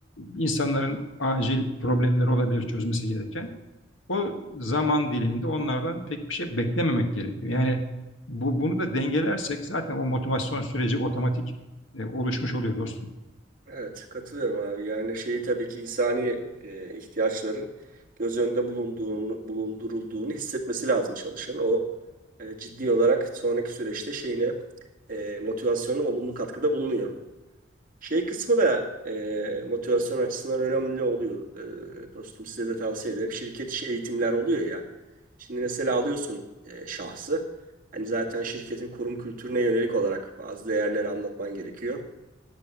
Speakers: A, on the left; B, on the right.
A: insanların acil problemleri olabilir çözmesi gereken. O zaman diliminde onlardan pek bir şey beklememek gerekiyor. Yani bu bunu da dengelersek zaten o motivasyon süreci otomatik e, oluşmuş oluyor dostum.
B: Evet, katılıyorum abi. Yani şeyi tabii ki insani e, ihtiyaçların göz önünde bulunduğunu, bulundurulduğunu hissetmesi lazım çalışan. O e, ciddi olarak sonraki süreçte şeyine e, motivasyona olumlu katkıda bulunuyor. Şey kısmı da e, motivasyon açısından önemli oluyor. E, dostum size de tavsiye ederim. Şirket içi eğitimler oluyor ya. Şimdi mesela alıyorsun e, şahsı. Hani zaten şirketin kurum kültürüne yönelik olarak bazı değerleri anlatman gerekiyor